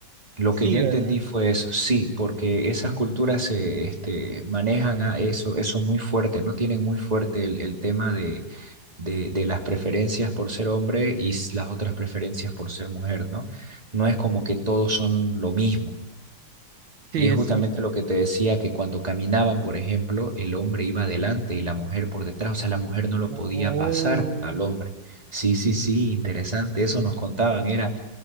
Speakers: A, on the right (about 20°); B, on the right (about 80°).
A: Lo
B: Sí,
A: que yo
B: ¿verdad?
A: entendí fue eso, sí, porque esas culturas se este, manejan a eso, eso muy fuerte, ¿no? Tienen muy fuerte el, el tema de de, de las preferencias por ser hombre y las otras preferencias por ser mujer, ¿no? No es como que todos son lo mismo.
B: Sí,
A: Y es
B: es
A: justamente
B: cierto.
A: lo que te decía que cuando caminaban, por ejemplo, el hombre iba adelante y la mujer por detrás, o sea, la mujer no lo podía
B: Oh.
A: pasar al hombre. Sí, sí, sí, interesante, eso nos contaban, era